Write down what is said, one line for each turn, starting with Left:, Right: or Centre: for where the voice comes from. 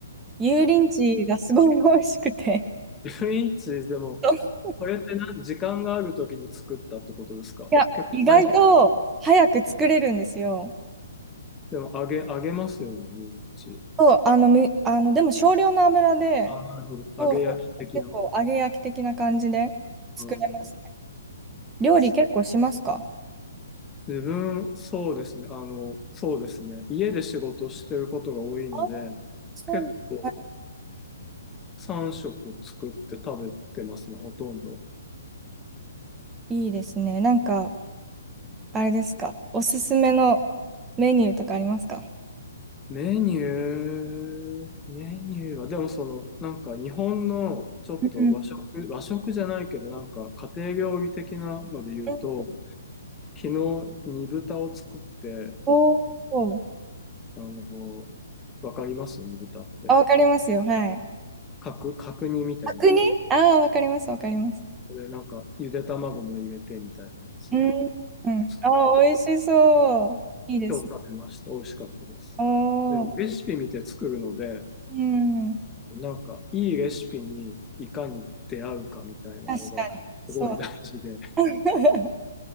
Right: 油淋鶏がすごい美味しくて。
Left: 1インチでも
Right: <laughs>
Left: これってな、時間があるときに作ったってことですか結構大変。
Right: いや、意外と早く作れるんですよ。
Left: でも、揚げ、揚げますよね、油淋鶏。
Right: そう、あの、む、あの、でも少量の油で、
Left: あ、なるほど。揚げ焼き的な。
Right: そうそう結構揚げ焼き的な感じで作れますね。
Left: うん。
Right: 料理結構しますか
Left: そう自分、そうですね。あの、そうですね。家で仕事してることが多いので、
Right: あ、そうなんだ。
Left: 結構
Right: はい
Left: 3食作って食べてますね、ほとんど。
Right: いいですね。なんか、あれですか。おすすめのメニューとかありますか
Left: メニュー、メニューは、でもその、なんか日本のちょっと和食、
Right: うん
Left: 和食じゃないけど、なんか家庭料理的なので言うと、
Right: うん
Left: 昨日、煮豚を作って、
Right: おお
Left: あの、わかります煮豚って。
Right: あ、わかりますよ。はい。
Left: 角、角煮みたいなやつ。
Right: 角煮ああー、わかります、わかります。
Left: で、なんか、ゆで卵も入れてみたいなやつ
Right: うん。うん。
Left: を作って、
Right: ああ、美味しそう。いいです。
Left: 今日食べました。美味しかったです。
Right: お
Left: でも、
Right: お。
Left: レシピ見て作るので、
Right: うん。
Left: なんか、いいレシピにいかに出会うかみたいなのが、
Right: 確かに。そう。
Left: すごい大事で。
Right: <laughs>